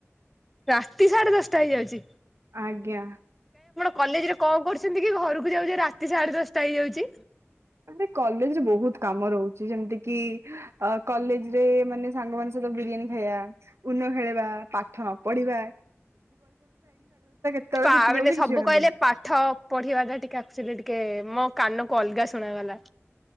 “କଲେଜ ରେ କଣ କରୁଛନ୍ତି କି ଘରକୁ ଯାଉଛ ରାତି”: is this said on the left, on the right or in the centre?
Centre